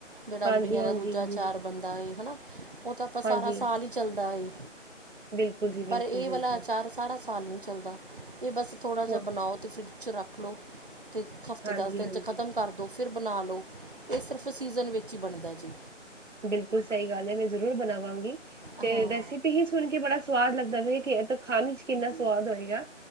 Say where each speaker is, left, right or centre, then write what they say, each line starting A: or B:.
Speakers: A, on the right; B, on the right.
A: ਜੇੜਾ
B: ਹਾਂਜੀ
A: ਅੰਬੀਆਂ
B: ਹਾਂਜੀ
A: ਦਾ ਦੂਜਾ ਅਚਾਰ
B: ਹਾਂਜੀ
A: ਬਨਦਾ ਏ ਹਨਾ। ਓ ਤਾਂ ਆਪਾਂ ਸਾਰਾ
B: ਹਾਂਜੀ
A: ਸਾਲ ਈ ਚੱਲਦਾ ਏ।
B: ਬਿਲਕੁਲ ਜੀ ਬਿਲਕੁਲ
A: ਪਰ ਏ
B: ਬਿਲਕੁਲ
A: ਵਾਲਾ ਅਚਾਰ ਸਾਰਾ ਸਾਲ ਨੀ ਚੱਲਦਾ। ਏ ਬਸ ਥੋੜ੍ਹਾ ਜਾ
B: ਹੋਰ
A: ਬਨਾਓ ਤੇ ਫਰਿੱਜ ਚ ਰੱਖ ਲੋ ਤੇ ਹਫਤੇ
B: ਹਾਂਜੀ
A: ਦਸ ਦਿਨ
B: ਹਾਂਜੀ
A: ਚ ਖ਼ਤਮ ਕਰ ਦੋ ਫਿਰ ਬਨਾ ਲੋ, ਏ ਸਿਰਫ ਸੀਜ਼ਨ ਵਿੱਚ ਈ ਬਨਦਾ ਜੀ।
B: ਬਿਲਕੁਲ ਸਈ ਗੱਲ ਐ, ਮੈਂ ਜ਼ਰੂਰ ਬਨਾਵਾਂਗੀ, ਤੇ
A: ਹਾਂ
B: ਰੈਸੀ ਪੀ ਹੀ ਸੁਨ ਕੇ ਬੜਾ ਸਵਾਦ ਲੱਗਦਾ ਹੋਏ ਕੇ ਐ ਤਾਂ ਖਾਨ ਵਿਚ ਕਿੰਨਾ ਸਵਾਦ ਹੋਏਗਾ।